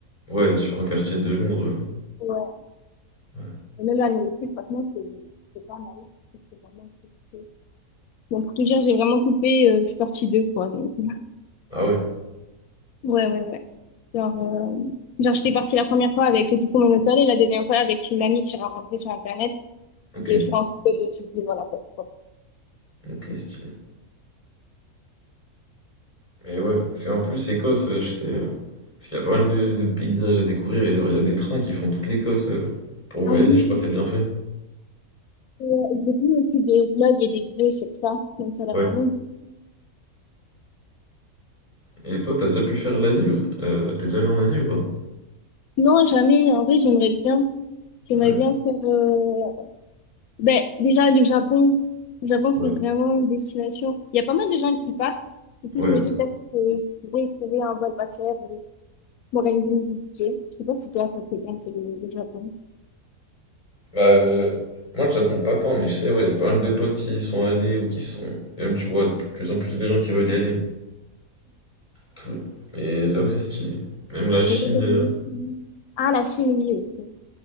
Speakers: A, on the left (about 20°); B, on the left (about 85°).
A: Ouais,
B: Donc,
A: différents
B: euh,
A: quartiers de Londres. euh,
B: Ouais.
A: ouais.
B: Et même la nourriture, franchement, c'est c'est pas mal. C'est vraiment très, très- Bon, pour tout dire, j'ai vraiment kiffé. euh, je suis partie deux fois, donc. <laughs>
A: Ah ouais,
B: Ouais, ouais, ouais. Genre, euh, genre j'étais partie la première fois avec du coup mon hôtel et la deuxième fois avec une amie que j'ai rencontrée sur Internet.
A: ok.
B: Et je suis rentrée et je me suis dit, voilà, quoi, pourquoi pas.
A: Ok, stylé. Et ouais, parce qu'en plus, Écosse, euh, je sais, euh, parce qu'il y a pas mal de, de paysages à découvrir, et genre, il y a des trains qui font toute l'Écosse euh, pour voyager,
B: Ah oui,
A: je crois, que c'est bien fait.
B: et, euh, j'ai vu aussi des vlogs et des vidéos sur ça. Donc ça a l'air
A: Ouais.
B: vraiment... cool.
A: Et toi, t'as déjà pu faire l'Asie ou... euh, t'es déjà allé en Asie ou pas?
B: Non, jamais. En vrai, j'aimerais bien. J'aimerais
A: Ouais,
B: bien faire... euh, Ben, déjà, le Japon. Le Japon, c'est
A: ouais,
B: vraiment une destination. Il y a pas mal de gens qui partent. Du coup,
A: ouais.
B: je me dis peut-être que je vais trouver un vol pas cher et m'organiser mon budget. Je sais pas si toi, ça te tente le, le Japon.
A: Bah, euh, moi, le Japon, pas tant, mais je sais, ouais, j'ai pas mal de potes qui y sont allés ou qui sont. et Même, tu vois, de plus en plus de gens qui veulent y aller. Tout... Et j'avoue, c'est stylé. Même la Chine.
B: Mais toi, c'est
A: euh,
B: fini. Ah, la Chine, oui, aussi.